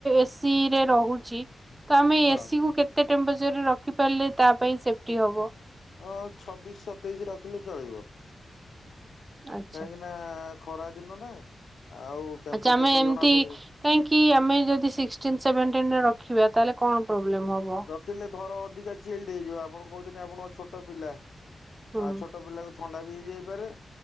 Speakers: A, on the right; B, on the left.
A: ଏସିି ରେ ରହୁଛି। ଜ ତ ଆମେ
B: ହଁ
A: ଏସିି କୁ କେତେ ରଖି ପାରିଲେ ତା ପାଇଁ ସେଟି ହବ।
B: ହଁ ଛବିଶ ସତେଇଶ ରଖିଲେ ଚଳିବ।
A: ଆଚ୍ଛା।
B: କାହିଁକି ନା ଖରା ଦିନ ନା। ଆଉ ଟେମ୍ପରେଚର
A: ଆ୍ଛା ଆମେ
B: ତ
A: ଏମିତି
B: ଜଣା ପଡିବ
A: କାହିଁକି ଆମେ ଯଦିିକନ ସେଭେଟିନ ର ଥିବା ତାହେଲେ କଣ? ପ୍ରୋବ୍ଲେମ ହବ
B: ରଖିଲେ ଘର ଅଧିକା ଚେଲଡ ହେଇଯିବ ଆପଣ କହୁଛନ୍ତିି ଆପଣଙ୍କ ଛୋଟ ପିଲା
A: ହୁଁ
B: ଆଉ ଛୋଟ ପିଲାକୁ ଥଣ୍ଡା ବି ହେଇଯାଇପାରେ।